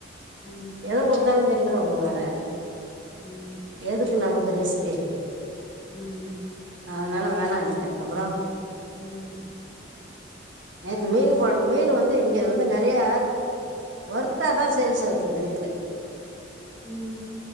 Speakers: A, in the centre; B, on the right.
A: ம்
B: எத குடுத்தால தின் வாங்க வேற
A: ம்
B: எதுக்கு நமக் ரிஸ்கு
A: உம்
B: அதனால வேணாம்னுடேன் அப்பறம்
A: உம்
B: நேத்து மீன் கொழம்பு மீன் வந்து இங்க வந்து நெறைய வருத்தாதான் சேல்ஸ் ஆகுது இந்த வீட்டுல
A: உம்